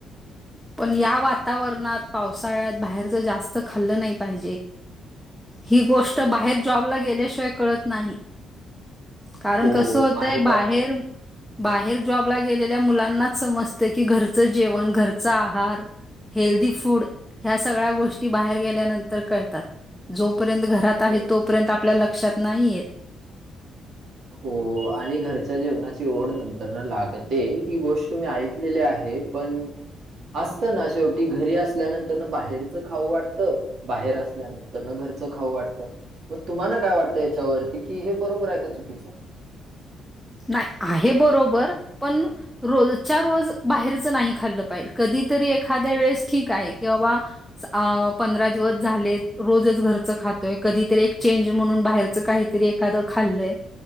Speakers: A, in the centre; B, on the right (about 60°).
A: पण या वातावरणात पावसाळ्यात बाहेरच जास्त खाल्लं नाही पाहिजे ही गोष्ट बाहेर जॉबला गेल्याशिवाय कळत नाही कारण
B: हो
A: कस होतंय
B: माहित
A: बाहेर
B: आहे
A: बाहेर जॉबला गेलेल्या मुलांनाच समजतं की घरचं जेवण घरचं आहार हेल्दी फूड ह्या सगळ्या गोष्टी बाहेर गेल्यानंतर कळतात जोपर्यंत घरात आहेत
B: हो
A: तोपर्यंत आपल्या लक्षात नाही येत
B: हो आणि घरच्या जेवणाची ओढ नंतरन लागते ही गोष्ट मी ऐकलेली आहे पण असत ना शेवटी घरी असल्या नंतरन बाहेरचं खाऊ वाटतं बाहेर असल्या नंतरन घरचं खाऊ वाटतं म तुम्हाला काय वाटतं याच्या वरती कि हे बरोबर आहे का चुकीच हाय
A: नाय आहे बरोबर पण रोजच्या रोज बाहेरच नाही खाल्लं पाहिजे कधीतरी एखाद्या वेळेस ठीक आहे कि बाबा पंधरा दिवस झालेत रोजच घरचं खातोय कधीतरी एक चेंज म्हणून बाहेरच काही तरी एखाद खाल्लय